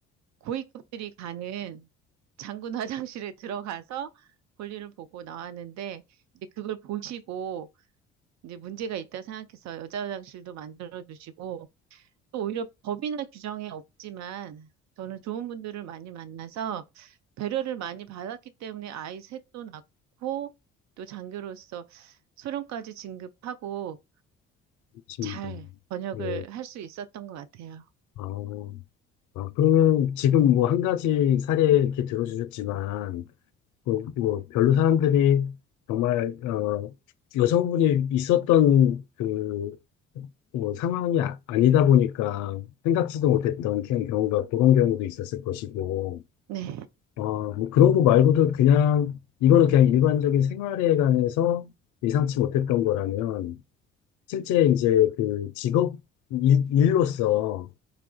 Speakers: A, on the right (about 55°); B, on the left (about 65°).
A: 고위급들이 가는 장군 화장실에 들어가서 볼일을 보고 나왔는데 이제 그걸 보시고 이제 문제가 있다 생각해서 여자 화장실도 만들어 주시고 또 오히려 법이나 규정에 없지만 저는 좋은 분들을 많이 만나서 배려를 많이 받았기 때문에 아이 셋도 낳고 또 장교로서 소령까지 진급하고
B: 그렇습니다.
A: 잘 전역을
B: 예,
A: 할 수 있었던 것 같아요.
B: 아, 아, 그러면 지금 뭐 한 가지 사례 이렇게 들어주셨지만, 뭐, 뭐 별로 사람들이 정말, 어, 여성분이 있었던 그, 뭐 상황이 아, 니다 보니까 생각지도 못했던 그런 경우가 그런 경우도 있었을 것이고,
A: 네.
B: 어, 뭐 그런 거 말고도 그냥, 이거는 그냥 일반적인 생활에 관해서 예상치 못했던 거라면, 실제 이제 그 직업, 일, 일로서,